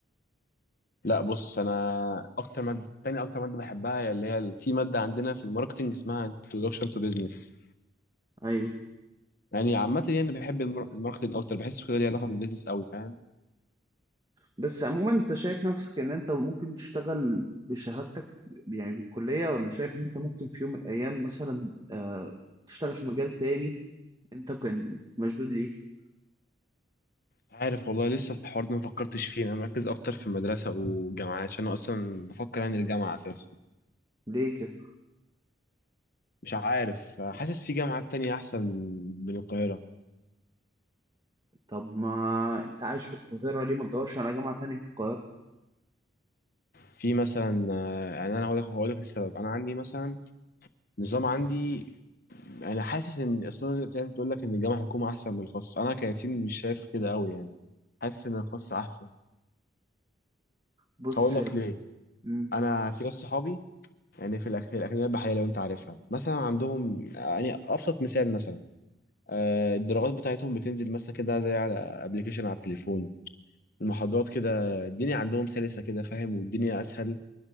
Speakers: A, on the left; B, on the right.
A: لا بص انا اكتر ماده تاني اكتر ماده بحبها هي اللي هي ال- في ماده عندنا في الماركتنج اسمها introduction to business
B: ايوه
A: يعني عامه يعني بحب المار- الماركتنج اكتر بحس كده ليه علاقه بالبيزنس قوي فاهم
B: بس عموما انت شايف نفسك ان انت ممكن تشتغل بشهادتك يعني بالكلية ولا شايف ان انت ممكن في يوم من الايام مثلا آه، تشتغل في مجال تاني انت كنت مشدود ليه
A: عارف والله لسه الحوار ده ما فكرتش فيه انا مركز اكتر في المدرسه والجامعه عشان انا اصلا بفكر يعني الجامعه اساسا
B: ليه كده
A: مش عارف حاسس في جامعات تانية احسن من القاهره
B: طب ما انت عايش في القاهرة ليه ما تدورش على جامعة تانية في القاهرة
A: في مثلا آه، يعني انا هقول لك هقول لك السبب انا عندي مثلا نظام عندي انا حاسس ان اصلا الناس بتقول لك ان الجامعه الحكومه احسن من الخاص انا كياسين مش شايف كده قوي يعني حاسس ان الخاص احسن
B: بص
A: هقول لك
B: يا
A: ليه
B: مم.
A: انا في ناس صحابي يعني في الأك- في الاكاديميه البحريه لو انت عارفها مثلا عندهم يعني ابسط مثال مثلا آه، الدرجات بتاعتهم بتنزل مثلا كده زي على ابلكيشن على التليفون المحاضرات كده الدنيا عندهم سلسه كده فاهم والدنيا اسهل